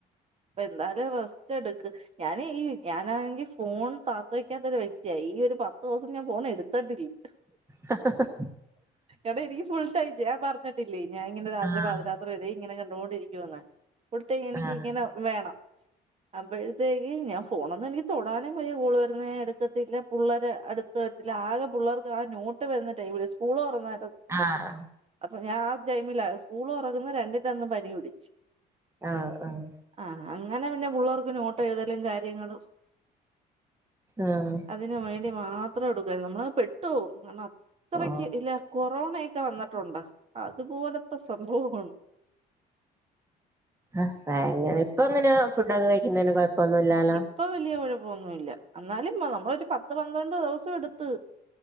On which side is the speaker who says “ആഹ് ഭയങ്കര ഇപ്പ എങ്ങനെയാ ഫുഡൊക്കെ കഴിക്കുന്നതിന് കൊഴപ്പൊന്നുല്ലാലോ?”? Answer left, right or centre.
Right